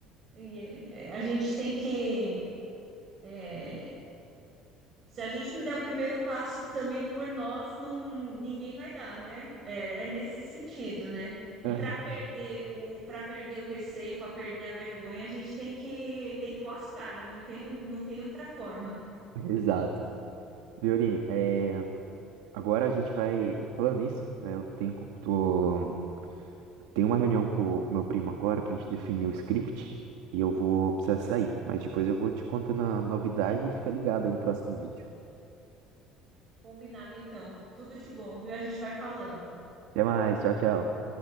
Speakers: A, on the right; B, on the right.
A: E é, é, a gente tem que. é, se a gente não der o primeiro passo também por nós, não, ninguém vai dar, né? É, é nesse sentido, né? E
B: Aham.
A: para perder o, para perder o receio, para perder a vergonha, a gente tem que, tem que pôr as caras, não tem, não tem outra forma.
B: <laughs> Exato. Violine, eh, agora a gente vai. Falando nisso, né? Eu tenho, tô Tem uma reunião com o com o meu primo agora pra gente definir o script e eu vou precisar sair, mas depois eu vou te contando a novidade e fica ligado aí no próximo vídeo.
A: Combinado, então. Tudo de bom, viu? A gente vai falando.
B: Até mais, tchau, tchau.